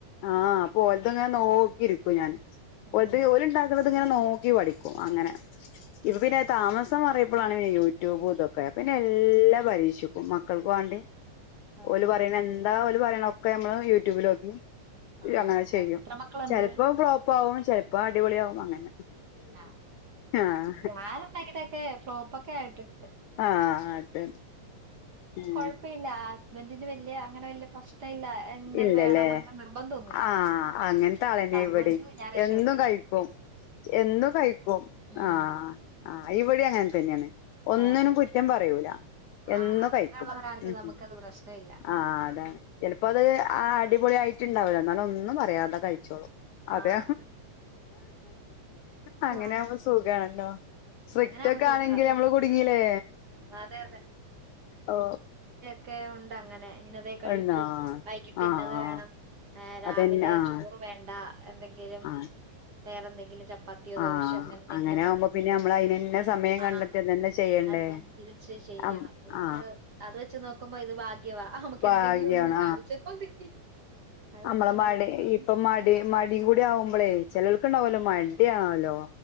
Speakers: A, on the left; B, on the right.
A: ആഹ് അപ്പൊ ഓലതങ്ങനെ നോക്കിയിരിക്കും ഞാൻ
B: ഉം
A: ഓലത ഓലും ഇണ്ട <unintelligible> ഇങ്ങനെ നോക്കി പഠിക്കും അങ്ങനെ ഇപ്പ
B: ഉം
A: പിന്നെ താമസം മാറിയ പ്പോളാണ് പിന്നെ യൂട്യൂബ് ഇത് ഒക്കെ പിന്നെ എല്ലാ പരീക്ഷിക്കും മക്കൾക്ക് വാണ്ടി
B: ആഹ്
A: ഓല് പറയ്ണ എന്താ ഓല് പറയ്ണ ഒക്കെ നമ്മള് യൂട്യൂബിലോക്കി ഇല്ല
B: ആഹ്
A: അങ്ങനെ ചെയ്യും
B: എത്ര മക്കളുണ്ട്
A: ചെലപ്പോ ഫ്ലോപ്പ ആകും ചെലപ്പോ അടിപൊളി ആവും അങ്ങനെ.
B: ആഹ്
A: ആഹ
B: ഞാൻ ഉണ്ടാക്കിട്ടൊക്കെ ഫ്ലോപ്പൊക്കെ ആയിട്ടുണ്ട്
A: ആഹ അതന്നെ ഉം
B: കോഴപ്പയില്ല ഹസ്ബന്ഡിന് വെല്യ അങ്ങനെ വെല്യ പ്രശ്നം ഇല്ല ഇന്നത്
A: ഇല്ലല്ലേ
B: വേണം അങ്ങനെ നിർബന്ധമൊന്നുമില്ല
A: ആഹ അങ്ങനത്തെ അളന്നെ
B: അതുകൊണ്ട്
A: ഇവിടെ
B: ഞാൻ രക്ഷപ്പെട്ട്
A: എന്നും കഴിക്കും. എന്നും കഴിക്കും
B: ഉം
A: ആഹ ആഹ ഇവിടെ അങ്ങനെ തന്നെയാണ് ഒന്നിനും
B: ആഹ്
A: കുറ്റം പറയൂല. എന്നും
B: ആഹ് അങ്ങനെയുള്ളവരാണെങ്കിൽ
A: കഴിക്കും ഉഹ്
B: നമുക്കത് പ്രശ്നമില്ല
A: ആ അതാണ് അപ്പ അത് അടിപൊളി ആയിട്ട് ഇടാവുല്ലോ എന്നാലും ഒന്നും പറയാതെ കഴിച്ചോളൂ. അതെ
B: ആഹ്
A: അങ്ങനെ
B: ആഹ്
A: ആവുമ്പോ സുഖാണല്ലോ സ്ട്രിക്റ്റ്
B: അങ്ങനെ ആവുമ്പോ
A: ഒക്കെ
B: സുഖാ
A: ആണെങ്കിൽ അമ്മള് കുടുങ്ങില്ലേ
B: അതെ
A: ഓ
B: ക്കെ ഉണ്ട് അങ്ങനെ ഇന്നതേ കഴിക്കൂ
A: എന്നാ
B: വൈകിട്ട്
A: ആഹ്
B: ഇന്നത്
A: ആഹ്
B: വേണം ഏ രാവിലെ
A: അതന്നെ ആഹ്
B: ചോറ് വേണ്ട എന്തെങ്കിലും
A: ആഹ്
B: വേറെന്തെങ്കിലും ചപ്പ പ ാത്തിയ
A: ആഹ്
B: ദോശ അങ്ങനെ എന്തെങ്കിലും മതി-
A: ആവുമ്പോ പിന്നെ അമ്മള് അയിനന്നെ സമയം
B: ആഹ്
A: കണ്ടത്തിഅതെന്നെചെയ്യണ്ടേ
B: അതിനനുസരിച്ച് ചെയ്യണം
A: ആം
B: ഇത്
A: ആ
B: അത് വെച്ച് നോക്കുമ്പോ ഇത് ഭാഗ്യവാ നമുക്ക്
A: ഭാഗ്യാണ്
B: എന്തെങ്കിലും ഒന്നും കാണിച്ച മതി. അത്
A: അമ്മളെ
B: വെച്ച്
A: മാടി
B: നോക്കുമ്പോ
A: ഇപ്പം മടി മാട ലി കൂടി ആകുമ്പോളേ ചേലോ ല്ക്ക് ഇണ്ടാവുല്ലോ മടിയ ആണല്ലോ